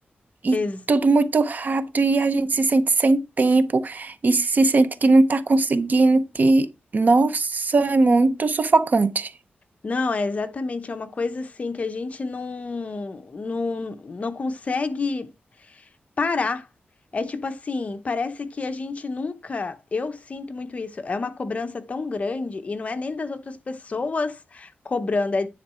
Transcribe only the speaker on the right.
e
tudo muito rápido e a gente se sente sem tempo e se sente que não tá conseguindo, que, nossa, é muito sufocante.